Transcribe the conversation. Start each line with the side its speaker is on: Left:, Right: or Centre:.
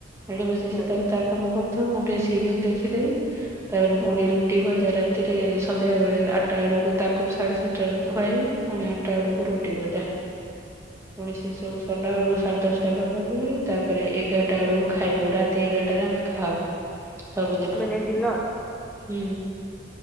Right: ଆଡ ବସ ସେ
Centre: ହୁଁ।
Right: ତର ତା କାମ କରୁଥା ମୁଁ ଟିକେ ସିରିଏଲ ଦେଖିଦେଇ, ତାପରେ
Centre: ହୁଁ
Right: ପୁଣି ରୁଟି ଭଜା ରା ରାତିରେ ସନ୍ଧ୍ୟାବେଳେ ଆଠଟା ବେଳକୁ ତାକୁ ସାଢେ ସାତଟା ବେୁ ଖୁଆଇବି ପୁଣି ଆଠ। ଟା ବେଳକୁ
Centre: ହୁଁ
Right: ରୁଟି ବଜା ପଣି ସେ ସବୁ ସରିଲା ବେଳକୁ ସାଢେ ଦଶଟା ପାଖ। ତାପରେ ଏଗାରଟା ବେଳକୁ ଖାଇବୁ ରାତି ଏଗାରଟାରେ ଆମେ ଖାାଉ। ସବୁଦିନ ହୁଁ।
Centre: ମାନେ ଡିନର।